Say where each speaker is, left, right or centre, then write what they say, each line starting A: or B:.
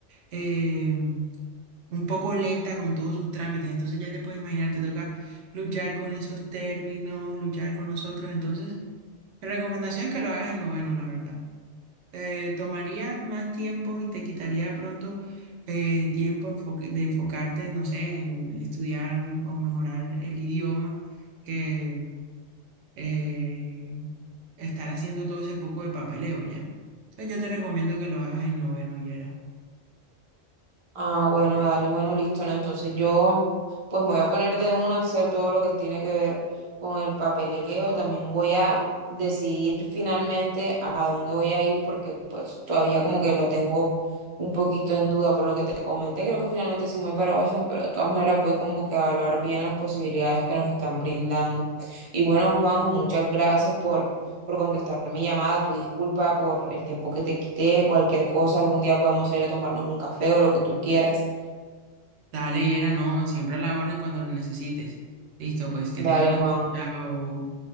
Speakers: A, on the right; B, on the right.
A: eh, un poco lenta con todos sus trámites. Entonces ya te puedes imaginar, te toca luchar con esos términos, luchar con los otros. Entonces, mi recomendación es que lo hagas en noveno, la verdad eh, tomaría más tiempo y te quitaría de pronto eh, tiempo enfoque- de enfocarte, no sé, en estudiar o mejorar el idioma que eh, estar haciendo todo ese poco de papeleo ya. Entonces yo te recomiendo que lo hagas en noveno, Yera.
B: Ah, bueno, dale, bueno, listo, ¿no? Entonces yo, pues me voy a poner de una a hacer todo lo que tiene que ver con el papeleo. También voy a decidir finalmente a dónde voy a ir porque pues todavía como que lo tengo un poquito en duda por lo que te comenté. Creo que finalmente sí me voy para Washington, pero de todas maneras voy como que a evaluar bien las posibilidades que nos están brindando. Y bueno, Juanjo, muchas gracias por por contestar mi llamada, tu disculpa por el tiempo que te quité, cualquier cosa, algún día podemos ir a tomarnos un café o lo que tú quieras.
A: Dale, Yera, no, siempre a la orden cuando lo necesites. Listo, pues que
B: Dale,
A: tengas buen
B: Juan.
A: día. Chao.